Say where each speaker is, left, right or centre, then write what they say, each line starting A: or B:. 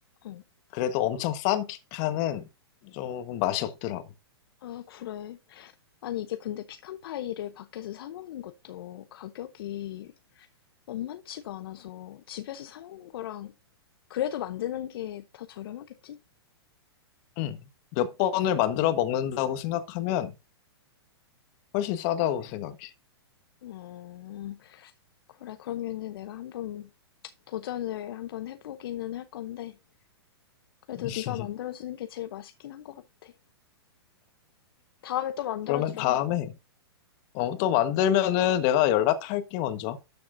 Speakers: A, on the left; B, on the left.
A: 응.
B: 그래도 엄청 싼 피카는 조금 맛이 없더라고.
A: 아, 그래. 아니, 이게 근데 피칸 파이를 밖에서 사 먹는 것도 가격이 만만치가 않아서 집에서 사 먹는 거랑 그래도 만드는 게 더 저렴하겠지?
B: 응. 몇 번을 만들어 먹는다고 생각하면 훨씬 싸다고 생각해.
A: 음, 그래. 그러면은 내가 한번 도전을 한번 해보기는 할 건데, 그래도
B: <laughs>
A: 네가 만들어주는 게 제일 맛있긴 한 것 같아. 다음에 또 만들어주라.
B: 그러면 다음에 어, 또 만들면은 내가 연락할게 먼저.